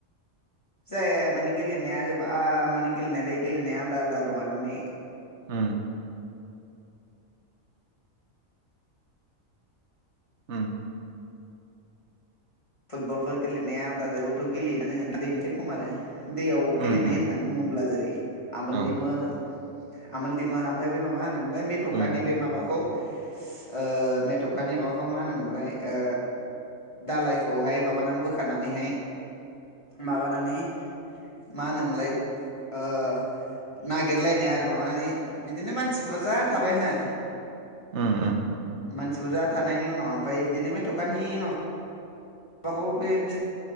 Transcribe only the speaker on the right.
उम उम
उम उम उम
औ
उम
उम उम